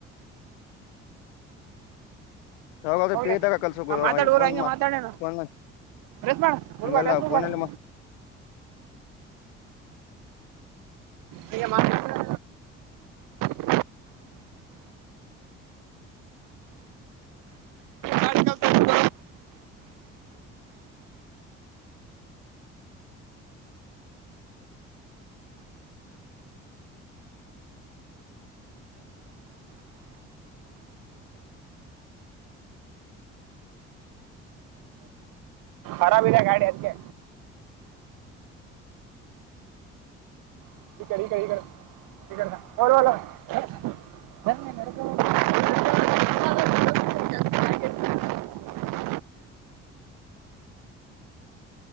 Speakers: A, on the left; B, on the right.
A: ಯಾವಾಗಾದ್ರೂ
B: ಹೌಳ
A: ಫ್ರೀ ಇದ್ದಾಗ ಕಲ್ಸು ಗುರು
B: ಹ ಮಾತಾಡುವರು
A: ಈಗ ಫೋನ್
B: ಹಂಗೆ
A: ಮಾ
B: ಮಾತಾಡಣ.
A: ಫೋನ್ ಮಾ
B: ರಸ್ ಮಾಡೇ ಬುರ್ಬಾಡ
A: ಹಂಗಲ್ಲ
B: ರಸ್ ಬುರ್ಬೇಡ
A: ಫೋನಲ್ಲಿ
B: <unintelligible>
A: ಮಾ <inaudible>
B: ನೀ ಮಾಡ ಹೇಳ <unintelligible> ಗಾಡಿ ಕೆಲಸ ಆರಾಮ ಇದೆ ಗಾಡಿ ಅದ್ಕ್ಕೆ. <unintelligible> <unintelligible>
A: <inaudible>